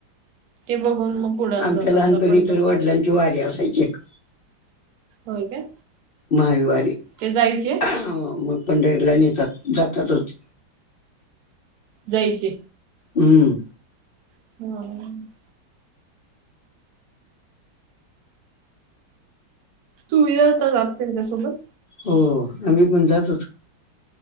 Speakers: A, on the right (about 75°); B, on the left (about 50°).
A: ते बघून मग पुढे
B: आमच्या
A: जातात
B: लहानपणी
A: ना पंढरपूर
B: तर वडिलांची वारीे असायची एक
A: होय काय
B: मायवारी
A: ते जायचे
B: मग पंढड लाईन येतात जातातच
A: जायचे
B: हम्म
A: हो सुविधा होता जाते त्यासोबत
B: हो आम्ही पण जात होच